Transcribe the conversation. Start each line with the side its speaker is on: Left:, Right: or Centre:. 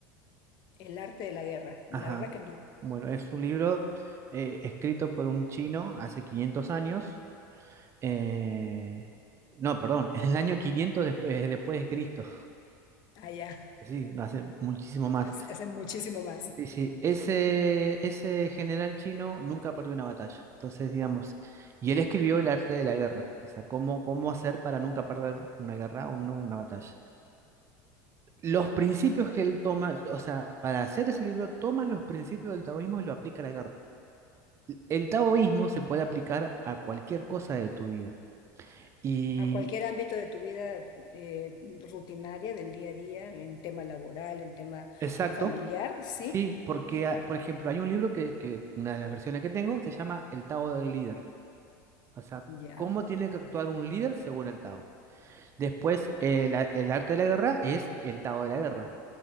Left: El arte de la guerra, la
Right: Ajá.
Left: verdad que no.
Right: Bueno, es un libro eh, escrito por un chino hace quinientos años Eh, no, perdón, <laughs> en el año 500 después, después de Cristo.
Left: Allá
Right: Sí, hace muchísimo más.
Left: hacen muchísimo más.
Right: Sí, sí, ese, ese general chino nunca perdió una batalla. Entonces, digamos, y él escribió el arte de la guerra, o sea, cómo, cómo hacer para nunca perder una guerra o una, una batalla. Los principios que él toma, o sea, para hacer ese libro, toma los principios del taoísmo y lo aplica a la guerra. El taoísmo se puede aplicar a cualquier cosa de tu vida. Y,
Left: A cualquier ámbito de tu vida eh, rutinaria, del día a día, en tema laboral, en tema
Right: exacto,
Left: familiar, sí.
Right: Sí, porque,
Left: Mira,
Right: ah, por ejemplo, hay un libro que, que una de las versiones que tengo se llama El Tao del Líder. O sea,
Left: ya.
Right: cómo tiene que actuar un líder según el Tao. Después, eh, la- el arte de la guerra es el Tao de la guerra.